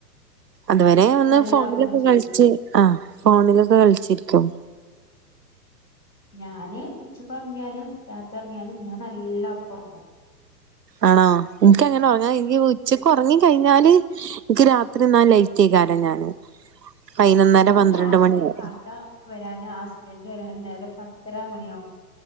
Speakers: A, on the right (about 75°); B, on the left (about 85°).
A: അതുവരെ
B: അപ്പൊ
A: ഒന്ന്
B: നല്ല
A: ഫോണിലൊക്കെ
B: ഉറങ്ങും ചെയ്യും
A: കളിച്ച് ആ ഫോണിലൊക്കെ കളിച്ചിരിക്കും
B: ഞാന് ഉച്ചക്കൊറങ്ങിയാലും രാത്രി ഒറങ്ങിയാലും ഞാൻ നല്ല ഒറക്കൊറങ്ങും
A: ആണോ എനക്ക് അങ്ങനെ ഉറങ്ങാ ഉച്ചക്ക് ഉറങ്ങി കഴിഞ്ഞാല് എനിക്ക് രാത്രിന്നാ ലൈറ്റ് ആയിക്കാരം ഞാന് പതിനൊന്നര
B: ഞാന്
A: പന്ത്രണ്ട്
B: രാത്രി
A: മണി വരെ
B: കാക്ക വരാന് ഹസ്ബൻഡ് വേരാൻ നേരം പത്തര മണിയാവും